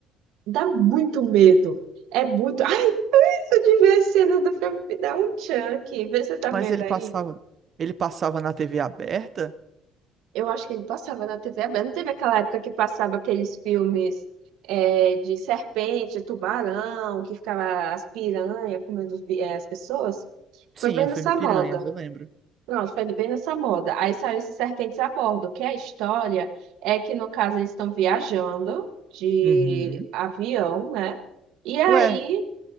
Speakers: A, on the right; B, on the right.
A: dá muito medo. É muito. Ai, se eu tiver a cena do filme, me dá um chunk. Vê se você tá
B: Mas
A: vendo
B: ele
A: aí.
B: passava, ele passava na TV aberta?
A: Eu acho que ele passava na TV aberta. Não teve aquela época que passava aqueles filmes é, de serpente, tubarão, que ficava as piranhas comendo os bi- eh, as pessoas?
B: Sim,
A: Foi bem
B: o
A: nessa
B: filme Piranhas,
A: moda.
B: eu lembro.
A: Pronto, foi bem nessa moda. Aí saiu esses serpentes a bordo, que a história é que, no caso, eles estão viajando de
B: Uhum.
A: avião, né? E aí,
B: Ué,